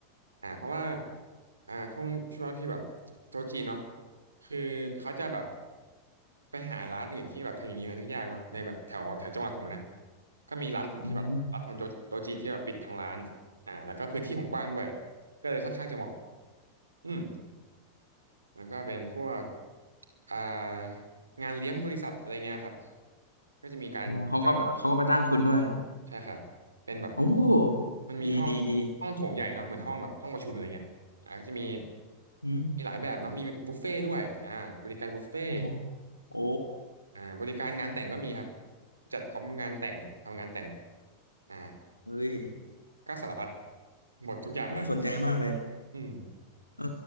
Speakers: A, on the right; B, on the left.
A: อ่าเพราะว่าอ่าช่วงช่วงที่แบบโต๊ะจีนเนาะคือเขาจะแบบไปหาร้านอื่นที่แบบทำอย่างนี้มันยากเนาะในแบบแถวแถวจังหวัดผมนะก็มีร้านผมที่แบบรับทำโต๊ะโต๊ะจีนที่แบบปิดทั้งร้านอ่าแล้วก็พื้นที่ผมกว้างด้วย
B: อืม
A: ก็เลยค่อนข้างจะเหมาะอืมมันก็เป็นพวกอ่างานเลี้ยงบริษัทอะไรเงี้ยครับก็จะมีการจอง
B: โอ้เขาก็เขาก็มาจ้างคุณด้วย
A: ใช่ครับเป็นแบบ
B: โอ้
A: มันมีห้องห้องโถงใหญ่เนาะเหมือนห้องแบบห้องประชุมอะไรเงี้ยอ่าก็จะมี
B: ดีดีดีอืม
A: มีหลายแบบเนาะมีแบบบุฟเฟ่ด้วยอ่าบริการบุฟเฟ่
B: โอ้โหโอ้
A: อ่าบริการงานแต่งก็มีครับจัดพร้อมงานแต่งทำงานแต่งอ่า
B: เฮ้ย
A: ก็สารพัดหมดทุกอย่างเลย
B: น่าสนใจมากเลย
A: อืม
B: เออ